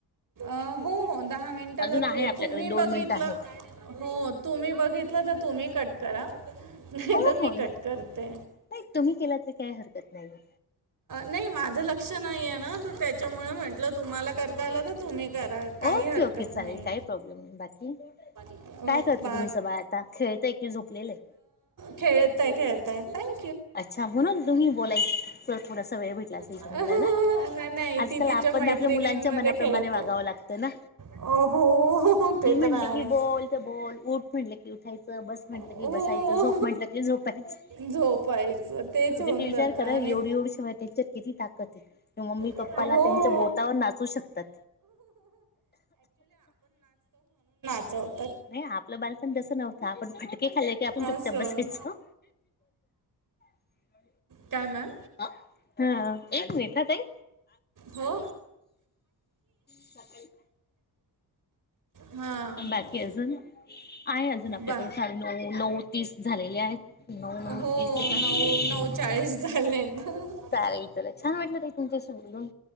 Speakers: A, on the right; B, on the left.
A: अ हो हो दहा मिनिटाला
B: अजून आहे
A: तो
B: आपल्याकडे
A: तुम्ही
B: दोन
A: बघितलं
B: मिनिटं आहेत
A: हो तुम्ही बघितलं तर तुम्ही कट करा
B: हो
A: नाही तर मी
B: हो नाय
A: कट करते
B: नाही तुम्ही केला तरी काही हरकत नाहीेये.
A: नाही माझ लक्ष नाहीये ना त त्याच्यामुळे म्हंटलं तुम्हाला कर ता आला तर तुम्ही करा काही
B: ओके
A: हरकत
B: ओके चालेल
A: नाही
B: काही प्रॉब्लेम नाही बाकी काय
A: अ,
B: करत
A: बा
B: तुमचं बाळ आता खेळतंय की झोपलेलं आहे?
A: खेळतय खेळतय नाही
B: अच्छा म्हणून तुम्ही बोलायची तर थोडासा वेळ भेट ला असेल
A: नाही
B: तुम्हाला ना
A: नाही
B: आजकाल
A: ती तिच्या
B: आपण
A: मैत्रिणींमध्ये
B: आपल्या मुलांच्या मनाप्रमाणे
A: खेळते
B: वागावं लागत ना
A: हो हो, ते
B: ती म्हणली
A: तर आहेच
B: की बोल त बोल उठ म्हणलं की उठायचं बस म्हटलं
A: हो
B: की बसायचं झोप म्हटलं की झोपायचं.
A: झोपायचं तेच
B: त
A: होऊन
B: ते विचार
A: जातं
B: करा
A: आणि
B: एवढी एवढी शी हाय त्यांच्यात किती ताकद आहे की मम्मी
A: हो
B: पप्पाला त्यांच्या बोटावर नाचवू शकतात.
A: च
B: नाही आपलं बालपण तसं नव्ह त आपण फटके खाल्ले की आपण चुपचप
A: असं
B: बसायचो. <unintelligible>
A: काय मॅम
B: हा एक मिनिट हा ताई.
A: हो.
B: सकाळी.
A: हां
B: बाकी अजून आहे अजून आपल्याकडे
A: बा
B: साडे नऊ नऊ तीस झालेले आहेत नऊ
A: हो
B: तीस सेकंद
A: नऊ नऊ चाळीस झालेत हो.
B: चालतं छान वाटलं ताई तुमच्याशी बोलून.